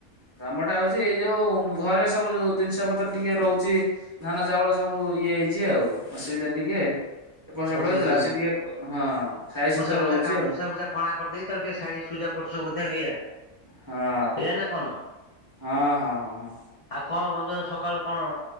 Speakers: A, on the right (about 25°); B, on the left (about 45°).
A: କାମଟା ହଉଛି ଏଇ ଯୋଉ ଘରେ ସବୁ ଜିନିଷ ପତ୍ର ଟିକେ ରହୁଛି। ଧାନ ଚାଉଳ ସବୁ ଇଏ ହେଇଛି ଆଉ, ଅସୁବିଧା ଟିକେ ଏପଟ ସେପଟ
B: ଓ ସୁ
A: ହେଇଥିଲା
B: ସୁ
A: ସେ ଟିକେ ହଁ ସାଇ ସୁତର
B: ମୂଷା ଫୁଷା
A: ହଉଛି
B: କା
A: ଆଉ
B: ମୂଷା ଫୁଷା କଣା କରିଦେଇଚି ତାକୁ ଟିକେ ସାଇଜ଼ ସୁଉଜ଼ା କରୁଛୁ ବୋଧେ ଏଇଆ।
A: ହଁ।
B: ଏଇଆ ନା କଣ?
A: ହଁ ହଁ ହଁ ହଁ।
B: ଆଉ କଣ ବନ୍ଧୁ, ସକାଳୁ କଣ